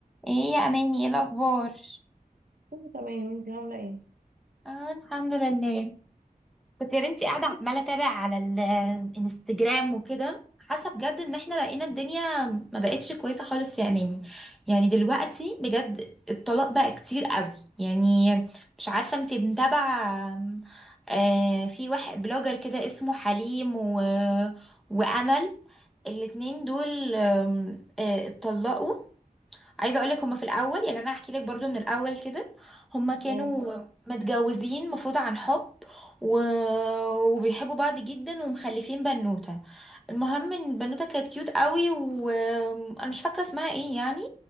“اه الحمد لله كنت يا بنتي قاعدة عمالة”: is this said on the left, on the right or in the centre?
Centre